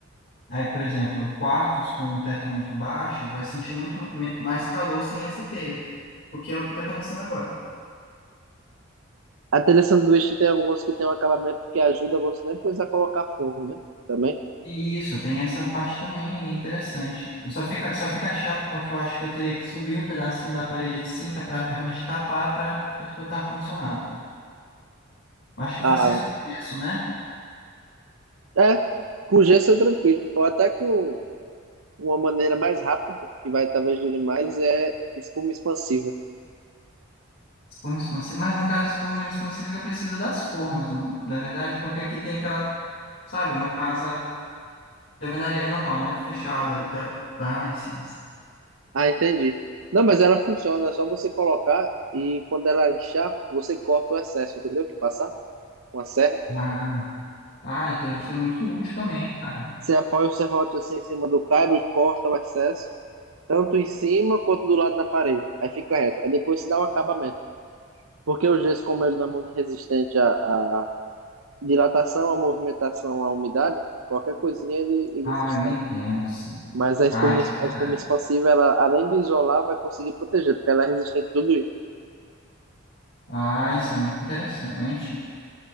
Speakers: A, on the left; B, on the right.
A: Aí, por exemplo, quartos com um teto muito baixo vai sentir muito me- mais calor sem essa telha, o que é o que está acontecendo agora.
B: A telha sanduíche tem alguns que tem um acabamento que ajuda você nem precisar colocar forro, né? Também.
A: E isso, tem essa parte também aí, é interessante. Só fica, só fica chato porque eu acho que eu teria que subir um pedacinho da parede assim, que é para realmente tapar, para botar ar-condicionado. Acho que
B: Ah,
A: faço isso com gesso, né?
B: é, com gesso é tranquilo. Ou até com uma maneira mais rápida, que vai talvez durar mais, é espuma expansiva.
A: Espuma expansiva. Mas no caso, a espuma expansiva ela precisa das formas, não- na verdade, porque aqui tem aquela, sabe, uma casa de alvenaria normal, não é fechada, até lá em cima, assim.
B: Ah, entendi. Não, mas ela funciona, é só você colocar e quando ela inchar, você corta o excesso, entendeu? Que passar com a serra.
A: Ah, ah, então isso é muito útil também, cara.
B: Você apoia o serrote assim em cima do cabo e corta o excesso, tanto em cima quanto do lado na parede. Aí fica reto. Aí depois se dá um acabamento. Porque o gesso, como ele não é muito resistente à, à dilatação, à movimentação, à umidade, qualquer coisinha ele, ele
A: Ah,
B: se estraga.
A: eu entendo, sim.
B: Mas a espuma,
A: Ah, isso
B: a
A: é verdade.
B: espuma expansiva, ela, além de isolar, vai conseguir proteger, porque ela é resistente a tudo isso.
A: Ah, isso é muito interessante.